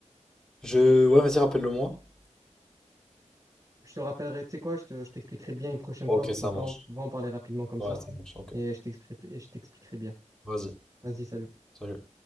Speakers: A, in the centre; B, on the right.
A: Je... Ouais, vas-y, rappelle-le-moi.
B: Je te rappellerai, tu sais quoi, je te, je t'expliquerai bien une prochaine
A: Ok,
B: fois parce
A: ça
B: qu'on peut
A: marche.
B: en, va en parler rapidement comme
A: Ouais,
B: ça.
A: ça marche, ok.
B: Et je t'expliquerai, et je t'expliquerai bien.
A: Vas-y,
B: Vas-y, salut.
A: salut.